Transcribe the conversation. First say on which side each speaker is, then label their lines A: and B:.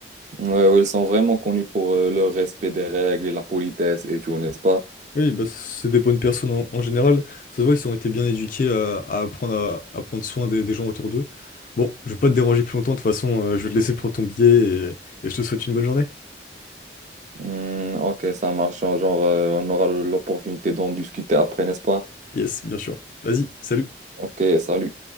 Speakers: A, on the right; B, on the left.
A: Mm, Ouais, ouais, ils sont vraiment connus pour euh, leur respect des règles et la politesse et tout, n'est-ce pas?
B: Oui, bah, c'est des bonnes personnes en, en général. Ça se voit, ils ont été bien éduqués à, à apprendre à, à prendre soin des, des gens autour d'eux. Bon, je vais pas te déranger plus longtemps, de toute façon, euh, je vais te laisser prendre ton billet, et, et je te souhaite une bonne journée.
A: Mm, ok, ça marche. Genre, euh, on aura l'opportunité d'en discuter après, n'est-ce pas?
B: Yes, bien sûr. Vas-y, salut.
A: Ok, salut.